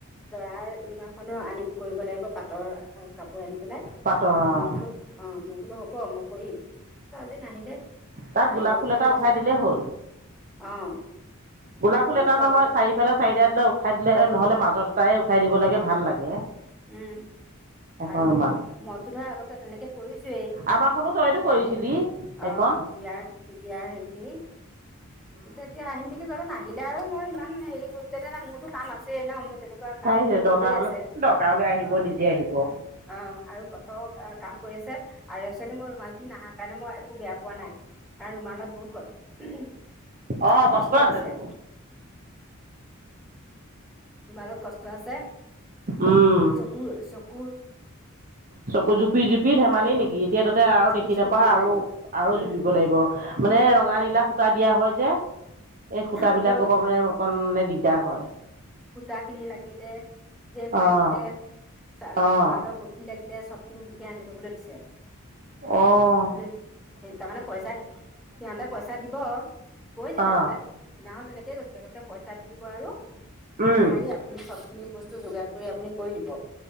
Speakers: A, in the centre; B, on the right (about 40°).
A: দৰাৰ ৰুমালখনো আন কৰিব লাগিব পাতৰ আ' কাপোৰ আনি। পেলাই
B: পাটৰ অঁ
A: মই বোলো অ' মই বোলো হ'ব মই কৰিম। তাৰ আজি নাহিলে,
B: তাত গোলাপ
A: আহিব
B: ফুল
A: বুলি
B: এটা
A: ভাবি
B: উঠাই
A: আছিলোঁ‌,
B: দিলেই হ'ল
A: অ'।
B: গোলাপ ফুল
A: মইতো
B: এটা নহয়,
A: আগতে
B: চাৰিফালে চাৰিটা দিলে উঠাই দিলে নহ'লে মাজত এটা সেই উঠাই দিব লাগে, ভাল লাগে।
A: উম।
B: এখন
A: আৰু
B: ৰুমাল
A: মইটো ধৰ আগতে তেনেকে কৰিছোয়েই,
B: আমাৰখনো তইতো
A: বিয়া।
B: কৰিছিলি সেইখন
A: অ', বিয়াৰ, বিয়াৰ হেৰি খিনি, তাৰপিছত এতিয়া আহিম বুলি নাহিলে আৰু মই ইমান হেৰি গুৰুত্ব দিয়া নাই। মোৰতো কাম আছেই ন, মোৰ তেনেকুৱা কামটো
B: পাৰিছে,
A: পৰিয়ে
B: দৰকাৰ হ'লে,
A: আছে
B: দৰকাৰ হ'লে আহিব,
A: অ
B: নিজে আহিব।
A: অ', আৰু কত কাম কৰি আছে। আৰু এক্সুৱেলি মোৰ ৰুমাল খিনি নাহা কাৰণে মই একো বেয়া পোৱা নাই। কাৰণ ৰুমালত বহুত ক,
B: অঁ
A: কষ্ট
B: আছেতো
A: আছে। ৰুমালত কষ্ট আছে।
B: উম।
A: মোৰ চ
B: চক জুপি-জুপি ধেমালি নেকি, এতিয়া তাতে আৰু
A: জুপি
B: দেখি
A: জুপি
B: নাপাৱ
A: কৰিব
B: আৰু
A: লাগিব
B: আৰু
A: উম
B: জুপিব লাগিব। মানে ৰঙা, নীলা সূতা দিয়া হয় যে, এই সূতাবিলাকৰ
A: আকৌ
B: পৰা মানে অকণ মানে দিগদাৰ হয়।
A: সূতা খিনি লাগিলে, ফ্ৰেম
B: অঁ
A: লাগিলে, চ-ৰুমালৰ
B: অঁ
A: প যি লাগিলে চবখিনি মোকে আনি লবলৈ দিছে।
B: অ'।
A: মই বোলো সেই তাৰমানে পইচা, সিহঁতে পইচা দিব, কৈছিলে
B: অঁ
A: তহ সেইদিনাখন তেনেকেই কৈছিলে, কৈছে পইচা দি দিব আৰু মোঠ
B: উম
A: মাৰি, আপুনি চব খিনি বস্তু যোগাৰ কৰি আপুনি কৰি দিব। মই